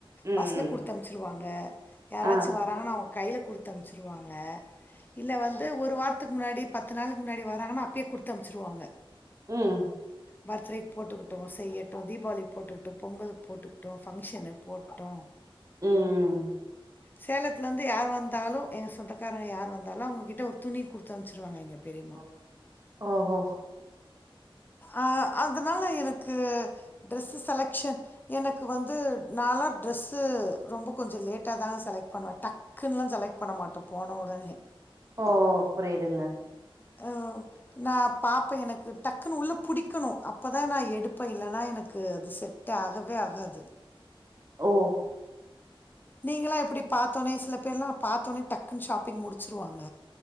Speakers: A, on the right (about 35°); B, on the left (about 20°).
A: ம்
B: பஸ்ல
A: ம்
B: குடுத்து அம்ச்சிருவாங்க ங்க யாராச்சு
A: ஆ
B: வராாங்கனா கையில குடுத்து அம்ச்சிருவாங்க இல்ல வந்து ஒரு வாரத்துக்கு முன்னாடி பத்து நாளுக்கு முன்னாடி வராங்கன்னா அப்பயே குடுத்து தமிச்சுருவாங்க
A: ம்
B: பர்த்டே போட்டுக்விட்ருவோ செய்யட்டும் தீபாவளி போட்டுக்கிட்டு பொங்கலுக்கு போட்டுக்கிட்டு பங்க்ஷன் போட்டோம்
A: ம்
B: சேலத்துலருந்து யார் வந்தாலு எங்க சொந்தக்காரங்க யார் வந்தாலு அவங்ககிட்ட ஒரு துணி குடுத்து அம்ச்சிருவாங்க எங்க பெரிமா
A: ம். ஓஹோ
B: ஆ அதனால எனக்கு ட்ரெஸ் செலக்க்ஷன் எனக்கு வந்து நாலா ட்ரெஸ்ஸு ரொம்ப கொஞ்ச லேட்டா தா செலக்ட் பண்ணுவே டக்குன்னுலா செலக்ட் பண்ண மாட்டே போன உடனே
A: ஓ புரியுதுங்க
B: ஆ நா பாப்பே எனக்கு டக்குனு உள்ளே புடிக்கணு அப்போத நா எடுப்பே இல்லேனா எனக்கு அது செட் ஆகவே ஆகாது
A: ஓ
B: நீங்கலா எப்புடி பாத்தோனே சில பேர்லா பாத்தோனே டக்குன்னு ஷாப்பிங் முடிச்சிருவாங்க